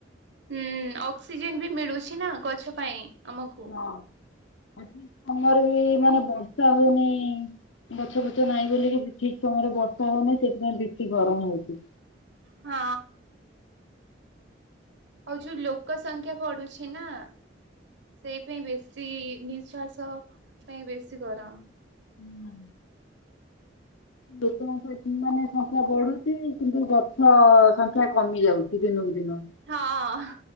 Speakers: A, on the right; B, on the left.
A: ହୁଁ ଅକ୍ସିଜେନ ବି ମିଳୁଛି ନା ଗଛ ପାଇଁ ଆମକୁ।
B: ହଁ ଆଜି ଆମର ବି ମାନେ ବର୍ଷା ହଉନାଇଁ। ଗଛ ପଛ ନାହିଁ ବୋଲିକି ଠିକ ସମୟରେ ବର୍ଷା ହୋଉନାଇଁ ସେଇଥିପାଇଁ ବେଶୀ ଗରମ ହଉଛି।
A: ହଁ। ଆଉ ଯୋଉ ଲୋକ ସଂଖ୍ୟା ବଢୁଛି ନା। ସେଇ ପାଇଁ ବେଶୀ ନିଶ୍ଵାସ ପାଇଁ ବେଶୀ ଗରମ।
B: ହୁଁ ଲୋକଙ୍କ ମାନେ ସଂଖ୍ୟା ବଢୁଚି। କିନ୍ତୁ ଗଛ ସଂଖ୍ୟା କମି ଯାଉଚି ଦିନକୁ ଦିନ।
A: ହଁ ହଁ